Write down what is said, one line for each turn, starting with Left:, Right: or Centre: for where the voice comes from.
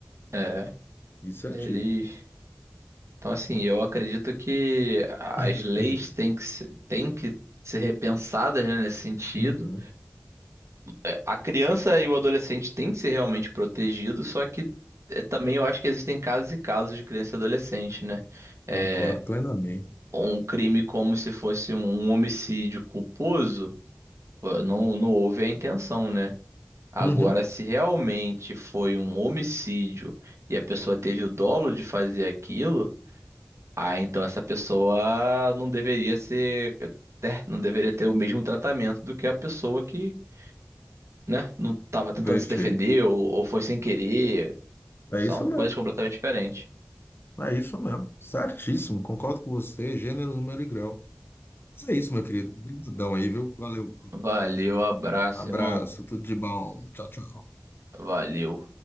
Right: É,
Left: Isso é antigo.
Right: eles. Então assim, eu acredito que as
Left: <clears throat>
Right: leis têm que se- têm que ser repensadas, né, nesse sentido
Left: Uhum,
Right: É, a criança e o adolescente têm que ser realmente protegidos, só que eh, também eu acho que existem casos e casos de criança e adolescente, né? É,
Left: concordo plenamente.
Right: um crime como se fosse um um homicídio culposo, pô, não, não houve a intenção, né? Agora,
Left: Uhum,
Right: se realmente foi um homicídio e a pessoa teve o dolo de fazer aquilo, ah, então essa pessoa não deveria ser, né, não deveria ter o mesmo tratamento do que a pessoa que né? Não tava tentando
Left: perfeito.
Right: se defender ou, ou foi sem querer.
Left: É
Right: São
Left: isso mesmo.
Right: coisas completamente diferentes.
Left: É isso mesmo. Certíssimo. Concordo com você. Gênero, número e grau. Mas é isso, meu querido. Obrigadão aí, viu? Valeu.
Right: Valeu, abraço,
Left: Abraço.
Right: irmão.
Left: Tudo de bom. Tchau, tchau.
Right: Valeu.